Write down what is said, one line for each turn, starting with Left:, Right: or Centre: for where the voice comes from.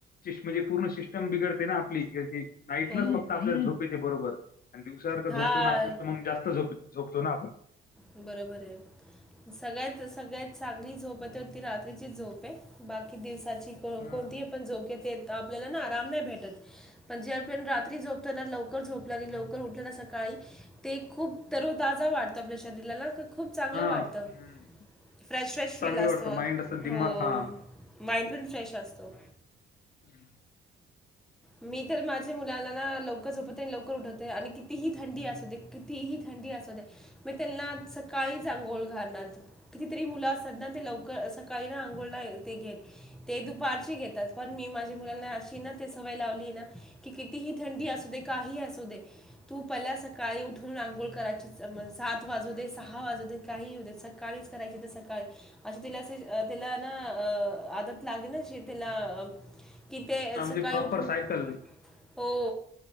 Left: म्हणजे पूर्ण सिस्टम बिगडते ना आपली नाईटच
Centre: हो.
Left: फक्त आपल्याला झोप येते बरोबर आणि दिवसावर
Centre: हां.
Left: झोपून आपून तर मग जास्त झोप झोपतो ना आपण
Centre: बरोबर आहे सगळ्यात सगळ्यात चांगली झोप आहे तती रात्रीची झोप आहे बाकी दिवसाची कोणती
Left: हं.
Centre: पण झोपेत आपल्याला ना आराम नाही भेटत पंजाबिन रात्री झोपताना लवकर झोप आणि लवकर उठल्या ना सकाळी ते खूप ताजा वाढतो आपल्या शरीराला खूप चांगलं
Left: हा
Centre: वाटतं.
Left: हम्
Centre: फ्रेश फ्रेश
Left: चांगलं
Centre: फील असतो.
Left: वाटतं माइंड अस
Centre: हो,
Left: दिमाख हा
Centre: माइंड पण फ्रेश असतो
Left: हं,
Centre: मी तर माझ्या मुलांना लवकर झोपवते आणि लवकर उठवते आणि कितीही थंडी अस होते कितीही थं म त्यांना सकाळी चा आंघोळ घालणार कितीतरी मुलं असतात ना ते लव सकाळी ना आंघोळ नाही ते घेत ते दुपारचि घेतात पण मी माझ्या मुलांना अशी ना सवय लावली आहे ना किती ही थंडी असुदे काही असुदे तू पहिला सकाळी उठून अंघोळ करा सात वाजूदे
Left: हं.
Centre: सहा वाजूदे काही ही होऊदे सकाळीच करायची तर सकाळी अशी तिला अस तीला ना अ आदत लागेले ना त्याला कि ते
Left: हां, म्हणजे
Centre: सकाळी
Left: प्रॉपर
Centre: उठून
Left: सायकल
Centre: हो